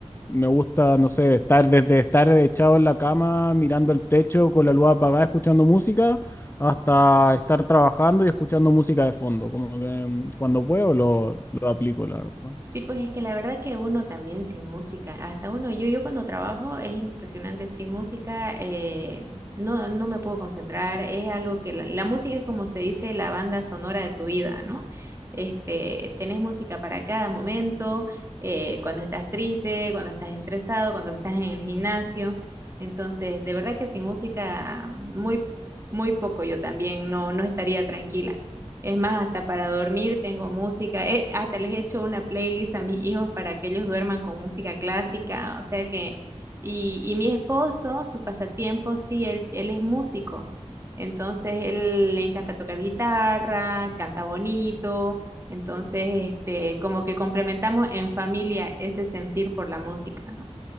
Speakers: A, on the left; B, on the right.
A: me gusta, no sé, estar desde estar echado en la cama, mirando el techo con la luz apagada, escuchando música, hasta estar trabajando y escuchando música de fondo. Como que mm, cuando puedo lo, lo aplico, la verdad.
B: Sí, pues es que la verdad que uno también sin música, hasta uno, yo, yo cuando trabajo es impresionante, sin música eh, no, no me puedo concentrar, es algo que la, la música es como se dice la banda sonora de tu vida, ¿no? Este, tenés música para cada momento, eh, cuando estás triste, cuando estás estresado, cuando estás en el gimnasio, entonces de verdad que sin música muy, muy poco yo también no, no estaría tranquila. Es más, hasta para dormir tengo música. eh, hasta les he hecho una playlist a mis hijos para que ellos duerman con música clásica. O sea que, y, y mi esposo, su pasatiempo, sí, él, él es músico. Entonces, él le encanta tocar guitarra, canta bonito. Entonces, este, como que complementamos en familia ese sentir por la música, ¿no?